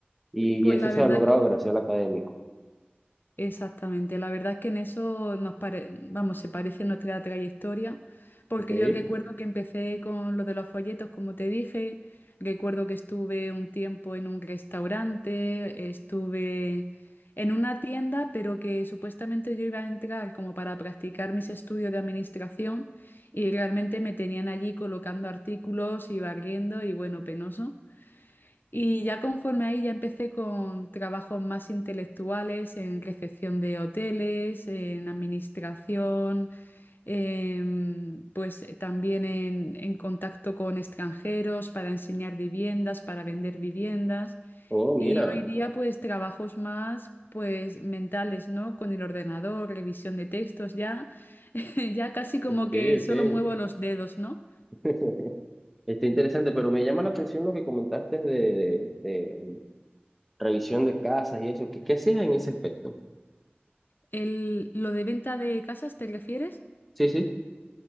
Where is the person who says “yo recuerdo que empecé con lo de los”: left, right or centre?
Left